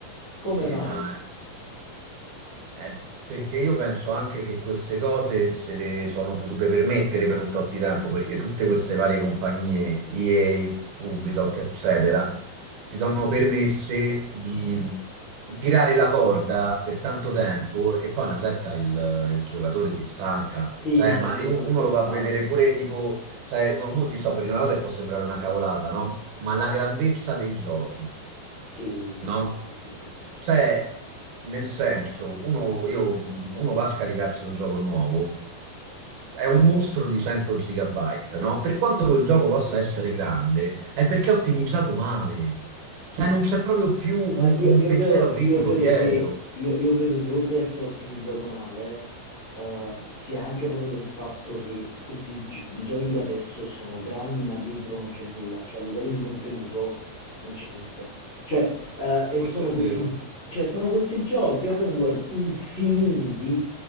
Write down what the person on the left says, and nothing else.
Come
mai?
Sì,
Sì,
no, ma
ci
sto
scherzando.
sì,
sì, sì, sì, sì, sì.
Sì,
sì.
Ma io,
io
credo,
io credo
che, io, io credo che oltre ad essere ottimizzato male, eh, sia anche proprio del fatto che questi gi- i giochi di adesso sono grandi, ma dentro non c'è nulla, cioè a livello di contenuto non c'è niente. Cioè, eh,
e
sono
questi,
cioè, sono questi giochi open world infiniti